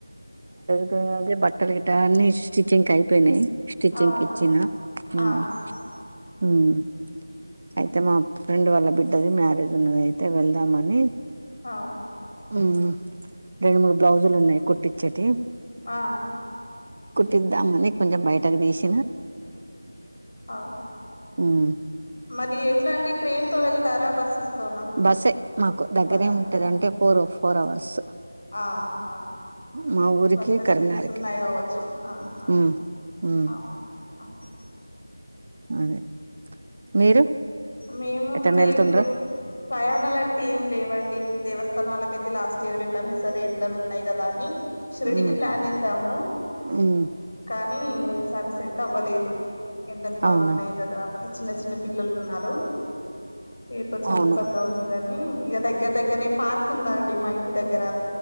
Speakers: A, on the right (about 40°); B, on the left (about 60°).
A: అదే అదే బట్టలు గిట అన్ని స్టిచింగ్ కి ఐపోయినై స్టిచ్చింగ్కి
B: అవునా
A: ఇచ్చిన హ్మ్
B: ఆహా
A: హ్మ్ అయితే మా ఫ్రెండ్ వాళ్ళకి బిడ్డది మ్యారేజ్ ఉన్నదైతే వెళ్దామని
B: అవునా
A: హ్మ్ రెండు మూడు బ్లౌజులు ఉన్నాయి కుట్టి చ్చటి
B: ఆహా
A: తిందామని కొంచెం బయటకు తీసి
B: ఆహా
A: ఉమ్
B: మరి ఎట్లా అండి ట్రైన్ తో వెళ్తారా బస్సెస్ తోనా
A: బస్సే మాకు దగ్గరే
B: బస్సునా
A: ఉంటదంటే ఫోరు ఫోర్ అవర్స్
B: ఆహా
A: మా ఊరికి
B: బస్ ఫెసిలిటీస్
A: కరీంనగర్కి
B: ఉన్నాయి కావచ్చు ఆహ
A: ఉమ్ ఉమ్
B: అవును అ
A: అదే మీరు
B: మేము
A: ఎటన్నా
B: కూడా
A: వెళ్తుండ్రా
B: ఇప్పుడు ప్రయాణాలంటే ఏం లేవండి దేవస్థానాలకయితే లాస్ట్ ఇయర్ వెళ్ళాము సరే ఎండలు ఉన్నాయి కదా అని షిర్డికి
A: ఉమ్
B: ప్లాన్ ఏసాము
A: ఉమ్
B: కానీ కానీ ఈ సారి సెట్ అవ్వలేదు ఎండలు బాగున్నాయి
A: అవునా
B: కదా అని ఇద్దరు పిల్లలు ఉన్నారు ఇ కొంచెం
A: అవును
B: ఇబ్బంది అవుతుందని ఇక దగ్గర దగ్గర్నే పార్క్ కుందండి మా ఇంటి దగ్గర